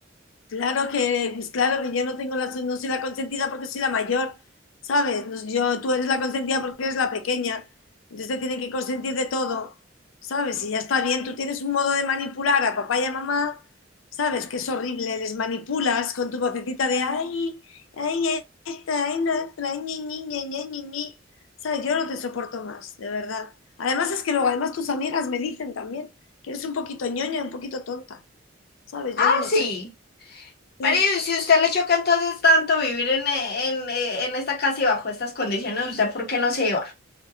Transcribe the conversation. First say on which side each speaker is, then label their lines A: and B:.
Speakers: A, on the left (about 85°); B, on the left (about 55°).
A: Claro que, pues claro que yo no tengo la, no soy la consentida porque soy la mayor, ¿sabes? No- Yo, tú eres la consentida porque eres la pequeña, entonces te tienen que consentir de todo, ¿sabes? Y ya está bien, tú tienes un modo de manipular a papá y a mamá, ¿sabes? Que es horrible, les manipulas con tu vocecita de ay, ay, esta, ay, la otra, ñi, ñi, ña, ña, ñi, ñi". ¿Sabes? Yo no te soporto más, de verdad. Además es que luego, además tus amigas me dicen también que eres un poquito ñoña, un poquito tonta, ¿sabes?
B: Ah,
A: Yo no lo
B: sí.
A: sé. Sí.
B: María, y si a usted le choca entonces tanto vivir en, en, en esta casa y bajo estas condiciones, ¿usted por qué no se va?